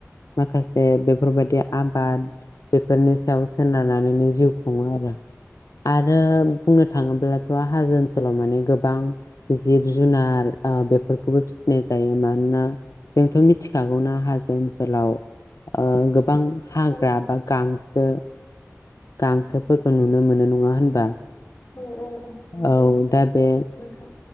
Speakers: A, on the left (about 85°); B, on the left (about 50°).
A: माखासे बेफोरबायदि आबाद बेफोरनि सायाव सोनारनानैनो जिउ खुङो आरो, आरो बुंनो थाङोब्लाथ' हाजो ओनसोलाव माने गोबां जिब-जुनार ओ बेफोरखौबो फिसिनाय जायो मानोना जोंथ' मिथिखागौना हाजो ओनसोलाव ओ गोबां हाग्रा
B: औ
A: बा गांसो गांसोफोरखौ
B: औ
A: नुनो मो मोनो नङा होनबा
B: औ औ नंगौ
A: औ दा बे
B: नोंथां